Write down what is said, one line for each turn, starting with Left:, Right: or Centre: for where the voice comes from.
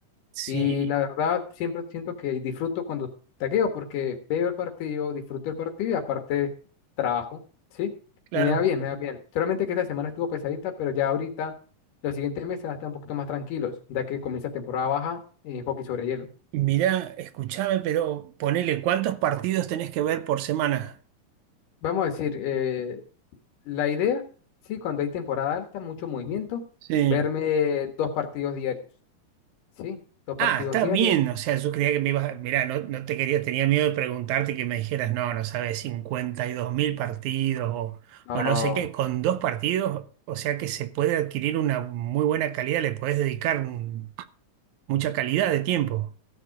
Right: Sí,
Left: Y la verdad, siempre siento que disfruto cuando tagueo, porque veo el partido, disfruto el partido y aparte trabajo, ¿sí?
Right: claro.
Left: Y me va bien, me va bien. Solamente que esta semana estuvo pesadita, pero ya ahorita, los siguientes meses van a estar un poquito más tranquilos, ya que comienza temporada baja en hockey sobre hielo.
Right: Mirá, escuchame, pero ponele, ¿cuántos partidos tenés que ver por semana?
Left: Vamos a decir, eh, la idea, sí, cuando hay temporada alta, mucho movimiento,
Right: Sí.
Left: verme dos partidos diarios, ¿sí? Dos partidos
Right: Ah, está
Left: diarios.
Right: bien, o sea, yo creía que me ibas, mirá, no, no te quería, tenía miedo de preguntarte y que me dijeras, no, no sabes, 52 mil partidos o,
Left: No.
Right: o no sé qué, con dos partidos, o sea que se puede adquirir una muy buena calidad, le podés dedicar un- mucha calidad de tiempo.